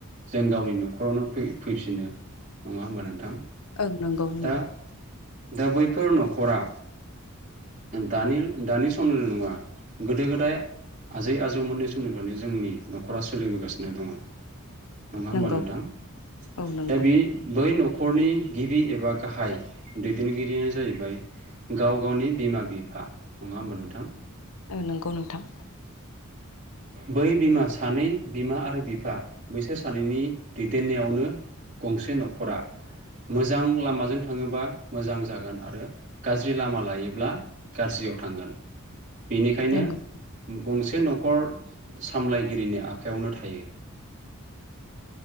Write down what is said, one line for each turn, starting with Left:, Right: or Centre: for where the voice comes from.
Right: जों गावनि न'खरावनो फै फैफिनो नङा होमबा नोंथां
Left: ओं नोंगौ नोंगौ
Right: दा दा बैफोर न'खरा दानि दानि समल' नङा गोदो गोदाय आजै आजौमोननि समनिफ्रायनो जोंनि न'खरा सोलिबोगासिनो दङ। नङा होमबा
Left: नंगौ
Right: नोंथां
Left: औ नंगौ
Right: दा बि बै न' खरनि गिबि एबा गाहाय दैदेनगिरियानो जाहैबाय। गाव गावनि बिमा बि फा नङा होमबा नोंथां।
Left: ओ नोंगौ नोंथां।
Right: बै बिमा सानै बिमा आरो बिफा बैसोर सानैनि दैदेननायावनो गंसे न'खरा मोजां लामाजों थाङोबा मोजां जागोन आरो गाज्रि लामा लायोब्ला गाज्रियाव थांगोन। बिनिखायनो
Left: नंगौ
Right: गंसे से न'खर सामलायगिरिनि आखा यावनो थायो।